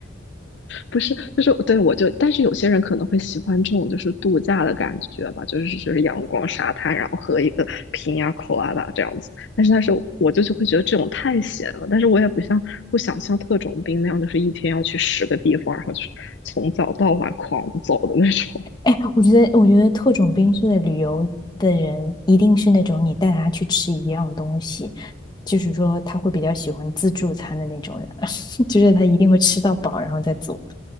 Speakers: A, on the left; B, on the left.
A: 不是，就是对我就，但是有些人可能会喜欢这种就是度假的感觉吧，就是就是阳光沙滩，然后喝一个瓶呀、口啊啦这样子。但是但是我就就会觉得这种太闲了，但是我也不像不想像特种兵那样，就是一天要去十个地方，然后就是从早到晚狂走的那种。
B: 哎，我觉得，我觉得特种兵式的旅游的人，一定是那种你带他去吃一样东西，就是说他会比较喜欢自助餐的那种人，<laughs> 就是他一定会吃到饱，然后再走。